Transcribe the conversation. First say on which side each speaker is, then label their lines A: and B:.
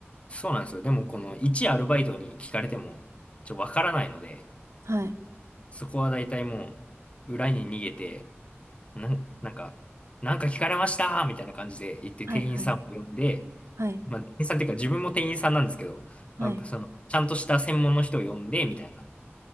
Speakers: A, on the left; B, on the right.
A: そうなんですよ。でも、この一アルバイトに聞かれても、ちょ、わからないので、
B: はい。
A: そこは大体もう、裏に逃げて、なん、なんか、なんか聞かれましたみたいな感じで言って店員さんを呼んで、
B: はい、はい、はい、
A: まあ、店員さんっていうか自分も店員さんなんですけど、
B: はい。
A: まあ、その、ちゃんとした専門の人を呼んで、みたいな。